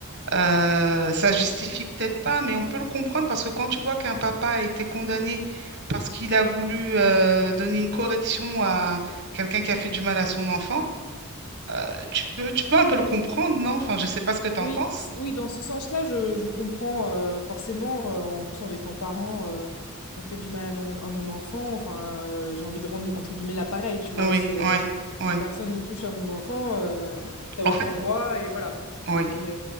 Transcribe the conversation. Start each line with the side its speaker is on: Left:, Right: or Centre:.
Right: euh, ça justifie peut-être pas, mais on peut le comprendre parce que quand tu vois qu'un papa a été condamné parce qu'il a voulu euh, donner une correction à quelqu'un qui a fait du mal à son enfant, euh, tu peux, tu peux un peu le comprendre, non? Enfin, je sais pas ce que tu en
Left: oui,
Right: penses.
Left: s- oui, dans ce sens-là, je, je comprends euh, forcément. euh, en plus, en étant parent, euh, on fait du mal à, mon à mon enfant. Enfin, euh, j'ai envie de rendre entre guillemets l'appareil, tu vois.
Right: Oui,
Left: c'est
Right: oui, oui.
Left: personne ne touche à mon enfant, euh, t'as
Right: En
Left: aucun
Right: fait,
Left: droit, et voilà.
Right: oui.
Left: Et, euh,